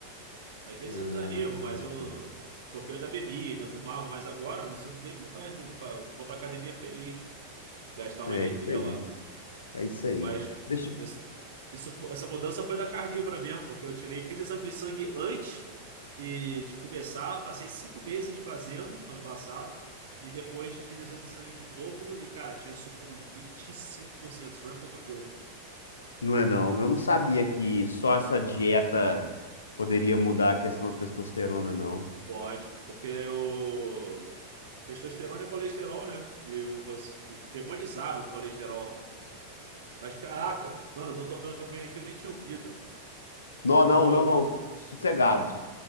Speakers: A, on the right (about 60°); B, on the left (about 70°).
A: Às vezes
B: Ah,
A: eu desanimo, mas eu. Porque eu ainda bebi, ainda fumava, mas agora eu não sinto nem vontade de. ir pra- Vou pra academia feliz, gastar uma
B: é
A: energia
B: isso aí.
A: lá.
B: É isso aí.
A: Mas
B: Deixa,
A: nesse- isso, fo- essa mudança foi da carnívora mesmo, porque eu tirei, fiz exame de sangue antes e de começar, passei cinco meses fazendo ano passado, e depois fiz exame de sangue de novo, e, cara, tinha subido 25%, isso não é pouca coisa.
B: Não é não. Eu não sabia que só essa dieta poderia mudar a questão da testosterona, não.
A: Pode, porque o testosterona é colesterol, né? E, o- e demonizaram o colesterol. Mas caraca, mano, estão tocando campanha aqui, eu nem tinha ouvido.
B: Não,
A: Eu vou,
B: não, não,
A: eu
B: não. Sossegado.